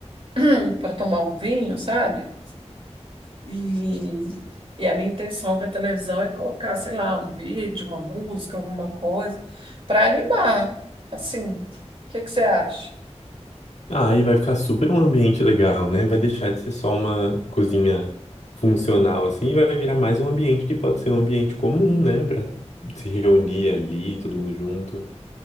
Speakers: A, on the right; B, on the left.
A: <clears throat> para tomar um vinho, sabe? E, e a minha intenção para a televisão é colocar, sei lá, um vídeo, uma música, alguma coisa, para animar. Assim, o que que você acha?
B: Ah, e vai ficar super um ambiente legal, né? Vai deixar de ser só uma cozinha funcional assim, e vai virar mais um ambiente que pode ser um ambiente comum, né? Pra se reunir ali, todo mundo junto.